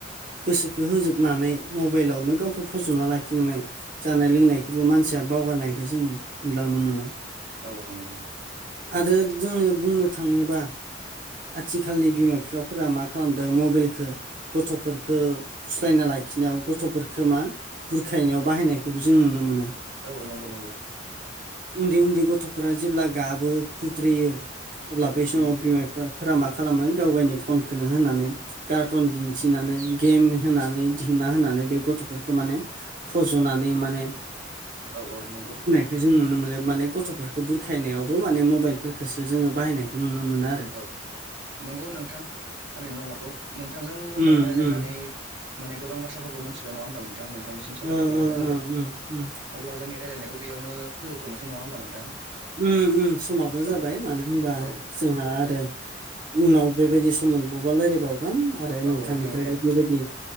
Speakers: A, on the right; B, on the right.
A: गोसोखौ होजोबनानै मबाइलावनो गावखौ फज'ना लाखिनानै जानाय लोंनायखौबो मानसिया बावगारनायखौो जों नुलांनो मोनो।
B: औ नंगौ नंगौ
A: आरो जोंनो बुंनो थाङोबा आथिखालनि बिमा बिफाफोरा मा खालामदों मबाइलखौ गथ'फोरखौ फुस्लायना लाखिनायाव गथ'फोरफोरखौ मा? बुरखायनायाव बाहायनायखौबो जों नुनो मोनो।
B: औ नंगौ नंगौ
A: उन्दै उन्दै गथ'फोरा जेब्ला गाबो खुद्रियो अब्ला बै समाव
B: उम
A: बिमा बिफाफोरा मा खालामो गाव गावनि फनखौनो होननानै कार्टुन दिन्थिनानै गेम होनानै दिहुनना होनानै बे गथ'फोरखौ माने फज'नानै माने
B: औ औ नंगौ
A: बेखौ जों नुनो मोनो माने गथ'फोरखौ बुरखायनायावबो माने मबाइलफोरखोसो जोङो बाहायनायखौ नुनो मोनो आरो।
B: औ नंगौ नोंथां थारैनो नंमारगौ नोंथांजों अब्ला
A: उम
B: रायलायनानै
A: उम
B: माने गोबां बाथ्राफोरखौ मिथिबाय नङा होमबा नोंथां नोंथांनिसिम साबायखर
A: ओ
B: बावहरनाय
A: ओ
B: जाबाय।
A: ओं उम उम
B: अब्ला जोंनि रायलायनायखौ बेयावनो फोजोबथ'नोसै नङा ओमबा नोंथां?
A: उम उम समाबो जाबाय
B: औ
A: मानो होमबा
B: औ
A: जोंहा आरो उनाव बेबायदि सम मोनबावबा रालायबावगोन। आरो नोंथांनिफ्रायबो
B: औ नोंथां दे
A: बेबायदि